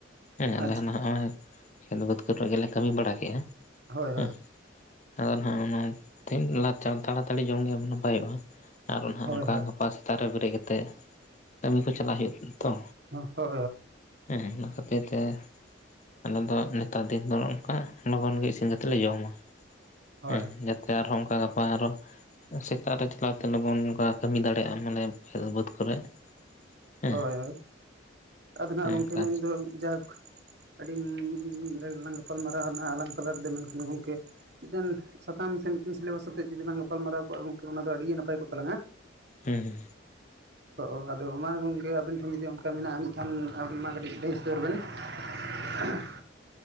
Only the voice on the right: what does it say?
ᱟᱪᱪᱷᱟ
ᱦᱳᱭ ᱦᱳᱭ᱾
ᱦᱳᱭ
ᱦᱳᱭ
ᱦᱳᱭ
ᱦᱳᱭ
ᱦᱳᱭ
ᱦᱳᱭ ᱦᱳᱭ ᱟᱫᱚ ᱱᱟᱸᱜ
ᱜᱚᱢᱠᱮ ᱢᱮᱱᱫᱚ ᱡᱟᱦᱳᱠ ᱟᱹᱰᱤ ᱰᱷᱮᱨ ᱞᱟᱝ ᱜᱟᱯᱟᱞ ᱢᱟᱨᱟᱣ ᱱᱟ ᱟᱞᱟᱝ ᱛᱟᱞᱟ ᱨᱮᱫᱚ ᱢᱮᱱᱠᱷᱟᱱ ᱜᱚᱢᱠᱮ ᱢᱤᱫᱴᱮᱱ ᱥᱟᱛᱟᱢ ᱥᱮ ᱢᱤᱫᱴᱮᱱ ᱥᱤᱞᱮᱵᱟᱥᱛᱮᱫ ᱡᱩᱫᱤ ᱞᱟᱝ ᱜᱟᱯᱟᱞᱢᱟᱨᱟᱣ ᱠᱚᱜᱼᱟ ᱜᱚᱝᱠᱮ ᱚᱱᱟ ᱫᱚ ᱟᱹᱰᱤ ᱱᱟᱯᱟᱭ ᱠᱚᱜ ᱛᱟᱞᱟᱝᱟ᱾
ᱚᱻ ᱟᱫᱚ ᱢᱟ ᱜᱚᱝᱠᱮ ᱟᱵᱤᱱ ᱴᱷᱮᱱ ᱡᱩᱫᱤ ᱚᱱᱠᱟ ᱢᱮᱱᱟᱜ-ᱟ ᱱᱤᱡ ᱠᱷᱟᱱ ᱟᱵᱤᱱ ᱢᱟ ᱠᱟᱹᱴᱤᱡ ᱞᱟᱹᱭ ᱥᱚᱫᱚᱨ ᱵᱮᱱ᱾ <unintelligible>